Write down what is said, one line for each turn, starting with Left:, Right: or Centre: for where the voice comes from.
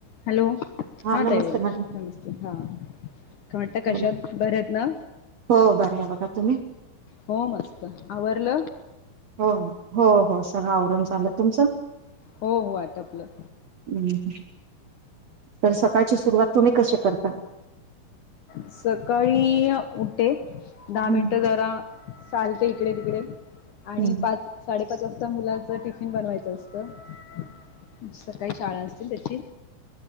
Left: Hello हा
Right: नमस्ते
Left: ताई
Right: मॅडम
Left: नमस्ते हा काय म्हणता कशात
Right: बोला
Left: बर आहेत ना
Right: हो बरं आहे बघा तुम्ही
Left: हो मस्त आवरल
Right: हो हो हो सगळ आवरून झालं. तुमचं?
Left: हो हो आटपलं.
Right: हम् तर सकाळची सुरुवात तुम्ही कशी करता?
Left: सकाळी उठे
Right: हम्म
Left: दहा मिनिट जरा चालते इकडे तिकडे आणि
Right: हम्म
Left: पाच साडेपाच वाजता मुलाच टिफिन बनवायचं. तेच तर सकाळी शाळा असते त्याची,